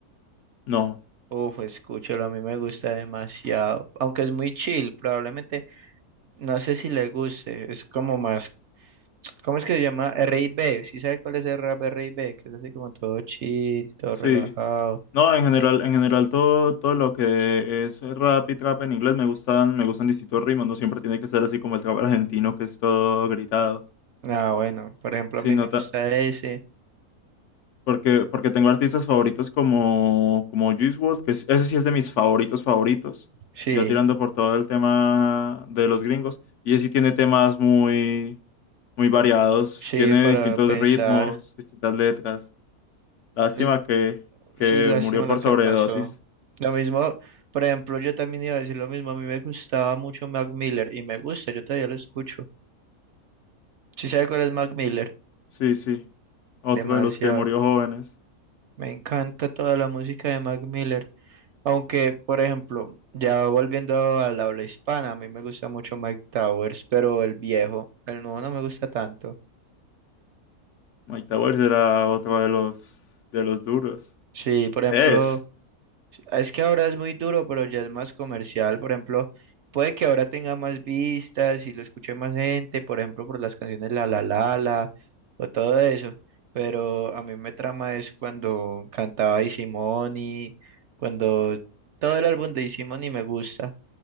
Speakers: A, on the left (about 65°); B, on the right (about 65°).
A: No,
B: Uf, escúchalo, a mí me gusta demasiado, aunque es muy chill, probablemente, no sé si le guste, es como más, ¿cómo es que se llama? R&B, ¿sí sabe cuál es el rap R&B? Que es así como todo chill, todo
A: sí.
B: relajado.
A: No, en general, en general todo, todo lo que es rap y trap en inglés me gustan, me gustan distintos ritmos, no siempre tiene que ser así como el trap argentino que es todo gritado.
B: Ah, bueno, por ejemplo,
A: Sí,
B: a mí
A: nota,
B: me gusta ese,
A: porque, porque tengo artistas favoritos como, como Juice WRLD, que es- ese sí es de mis favoritos favoritos,
B: sí,
A: ya tirando por todo el tema de los gringos, y ese sí tiene temas muy, muy variados,
B: sí,
A: tiene
B: para
A: distintos
B: pensar.
A: ritmos, distintas letras. Lástima
B: pues,
A: que, que
B: Sí, lástima
A: murió por
B: lo que
A: sobredosis.
B: pasó. Lo mismo, por ejemplo, yo también iba a decir lo mismo. A mí me gustaba mucho Mac Miller y me gusta, yo todavía lo escucho. ¿Sí sabe cuál es Mac Miller?
A: Sí, sí, otro
B: Demasiado.
A: de los que murió jóvenes.
B: Me encanta toda la música de Mac Miller. Aunque, por ejemplo, ya volviendo al habla hispana, a mí me gusta mucho Mike Towers, pero el viejo, el nuevo no me gusta tanto.
A: Mike Towers era otro de los, de los duros.
B: Sí, por ejemplo.
A: Es,
B: Es que ahora es muy duro, pero ya es más comercial. Por ejemplo, puede que ahora tenga más vistas y lo escuche más gente, por ejemplo, por las canciones La La La La o todo eso. Pero a mí me trama es cuando cantaba Easy Money, cuando todo el álbum de Easy Money me gusta.